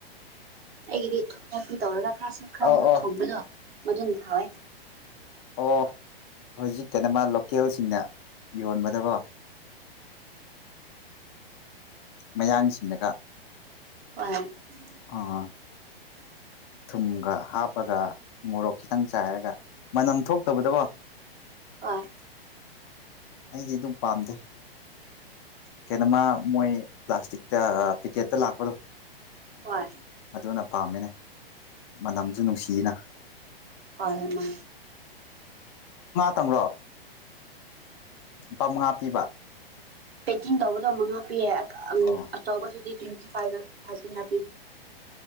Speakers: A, on the right; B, on the left.
A: ꯑꯩꯒꯤꯗꯤ ꯊꯄꯤ ꯇꯧꯔꯒ ꯈꯔ ꯁ ꯈꯔꯁꯨ
B: ꯑꯧ ꯑꯧ
A: ꯊꯣꯡꯕꯗꯣ ꯃꯗꯨꯟ ꯊꯑꯣꯦ
B: ꯑꯣ ꯍꯧꯖꯤꯛ ꯀꯩꯅꯣꯃ ꯂꯣꯀꯦꯜꯁꯤꯡꯅ ꯌꯣꯟꯕꯗꯀꯣ ꯃꯌꯥꯡꯁꯤꯡꯅꯒ
A: <unintelligible>
B: ꯑ‌ꯣ ꯊꯨꯝꯒ ꯍꯥꯞꯄꯒ ꯃꯣꯔꯣꯛ ꯈꯤꯇꯪ ꯆꯥꯏꯔꯒ ꯃꯅꯝ ꯊꯣꯛꯇꯕꯗꯀꯣ
A: ꯍꯣꯏ
B: ꯑꯩꯗꯤ ꯑꯗꯨꯝ ꯄꯥꯝꯗꯦ ꯀꯩꯅꯣ ꯃꯥ ꯃꯣꯏ ꯄ꯭ꯂꯥꯁꯇꯤꯛꯇ ꯄꯤꯀꯦꯠꯇ ꯂꯥꯛꯄꯗꯣ
A: ꯍꯣꯏ
B: ꯑꯗꯨꯅ ꯄꯥꯝꯕꯅꯦ ꯃꯅꯝꯁꯨ ꯅꯨꯡꯁꯤꯌꯦꯅ
A: ꯍꯣꯏꯣꯏ ꯃꯥ
B: ꯇ‌ꯪꯂ‌ꯣ ꯂꯨꯄꯥ ꯃꯉꯥ ꯄꯤꯕ
A: ꯄꯦꯛꯀꯤꯡ ꯇꯧꯕꯗꯣ ꯃꯉꯥ ꯄꯤꯌꯦꯦ
B: ꯑꯣ
A: ꯑꯆꯧꯕꯗꯨꯗꯤ ꯇ꯭ꯋꯦꯟꯇꯤ ꯐꯥꯏꯚ ꯊꯥꯀꯤꯌꯥ ꯄꯤ